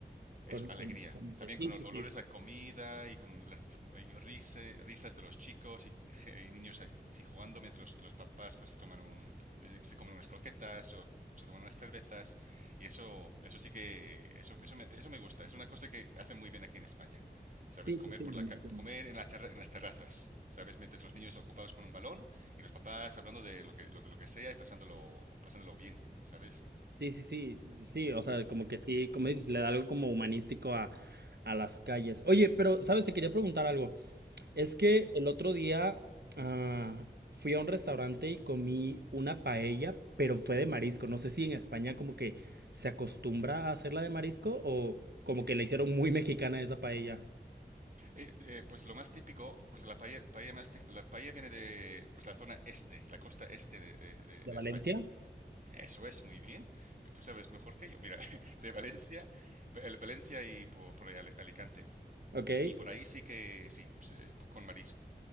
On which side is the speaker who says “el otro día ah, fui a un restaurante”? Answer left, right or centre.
Right